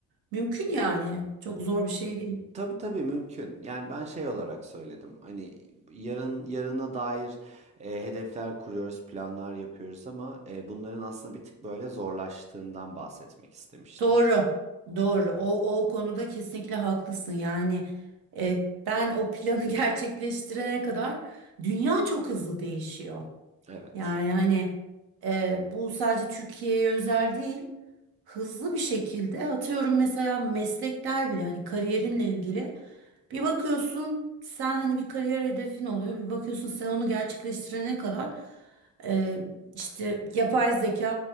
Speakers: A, on the right; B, on the right.
A: mümkün yani. Çok zor bir şey değil.
B: Tabii tabii mümkün. Yani ben şey olarak söyledim. Hani yarın yarına dair e, hedefler kuruyoruz, planlar yapıyoruz ama e, bunların aslında bir tık böyle zorlaştığından bahsetmek istemiştim.
A: Doğru, doğru. O, o konuda kesinlikle haklısın. Yani e, ben o planı <laughs> gerçekleştirene kadar dünya çok hızlı değişiyor.
B: Evet.
A: Yani hani e, bu sadece Türkiye'ye özel değil. Hızlı bir şekilde atıyorum mesela meslekler bile hani kariyerinle ilgili bir bakıyorsun sen hani bir kariyer hedefin oluyor bir bakıyorsun sen onu gerçekleştirene kadar e, işte yapay zeka